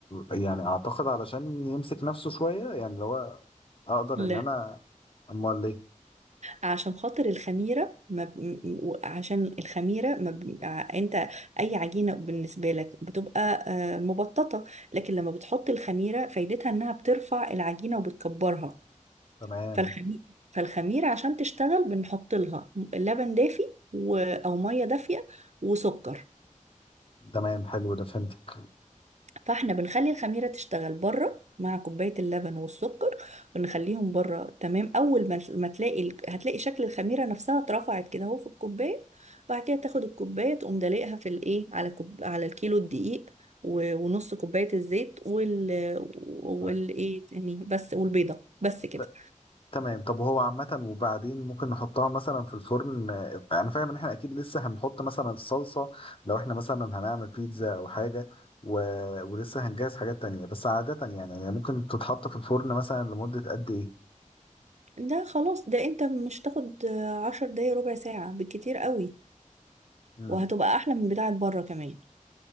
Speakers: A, on the left; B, on the right.
A: يعني اعتقد علشان يمسك نفسه شويه يعني اللي هو اقدر
B: لا.
A: ان انا امال ليه
B: عشان خاطر الخميره ما ب... م- م- عشان الخميره ما ب... ع- انت اي عجينه بالنسبه لك بتبقى آه، مبططه لكن لما بتحط الخميره فايدتها انها بترفع العجينه وبتكبرها
A: تمام
B: فالخميره فالخميره عشان تشتغل بنحط لها لبن دافي و... او ميه دافيه وسكر
A: تمام حلو ده فهمتك
B: فاحنا بنخلي الخميرة تشتغل بره مع كوباية اللبن والسكر ونخليهم بره تمام أول ما ما تلاقي ال- هتلاقي شكل الخميرة نفسها اترفعت كده اهو في الكوباية بعد كده تاخد الكوباية تقوم دلقها في الايه على كوب... على الكيلو الدقيق و- ونص كوباية الزيت وال والايه
A: طيب
B: تاني بس والبيضة بس كده
A: ت- تمام طب هو عامة وبعدين ممكن نحطها مثلا في الفرن آه، انا فاهم ان احنا اكيد لسه هنحط مثلا الصلصة لو احنا مثلا هنعمل بيتزا او حاجة و... ولسه هنجهز حاجات تانية بس عادة يعني يعني ممكن تتحط في الفرن مثلا لمدة قد ايه؟
B: ده خلاص ده انت مش تاخد عشر دقايق ربع ساعة بالكتير قوي
A: مم.
B: وهتبقى أحلى من بتاعة بره كمان